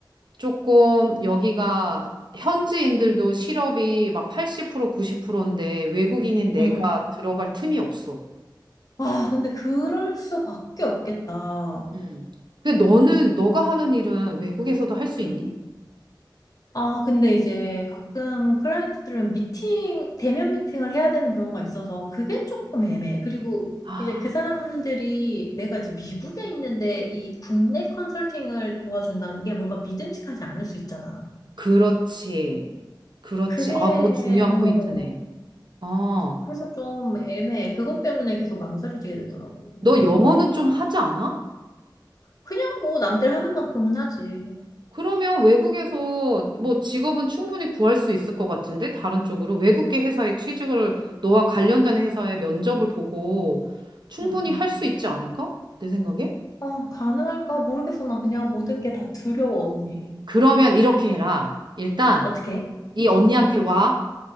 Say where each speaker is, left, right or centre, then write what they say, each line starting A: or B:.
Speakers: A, on the right; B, on the left.
A: 조금 여기가 현지인들도 실업이 막 80% 90%인데 외국인인 내가
B: 응.
A: 들어갈 틈이 없어.
B: 아, 근데 그럴 수밖에 없겠다.
A: 음. 근데 너는 너가 하는 일은 외국에서도 할 수
B: 응.
A: 있니?
B: 아, 근데 이제 가끔 클라이언트들은 미팅, 대면 미팅을 해야 되는 경우가 있어서 그게 조금 애매해. 그리고
A: 아.
B: 이제 그 사람들이 내가 이제 미국에 있는데 이 국내 컨설팅을 도와준다는 게 뭔가 믿음직하지 않을 수 있잖아.
A: 그렇지. 그렇지.
B: 그게,
A: 아, 그거 중요한
B: 어,
A: 포인트네. 아,
B: 그래서 좀 애매해. 그것 때문에 계속 망설여지게 되더라고.
A: 너 영어는 좀 하지 않아?
B: 그냥 뭐 남들 하는 만큼은 하지.
A: 그러면 외국에서 뭐 직업은 충분히 구할 수 있을 것 같은데? 다른 쪽으로? 외국계 회사에 취직을, 너와 관련된 회사의 면접을 보고 충분히
B: 응, 응.
A: 할 수 있지 않을까? 내 생각에?
B: 아, 가능할까? 모르겠어. 나 그냥 모든 게 다 두려워, 언니.
A: 그러면 이렇게 해라. 일단,
B: 어떻게?
A: 이 언니한테 와.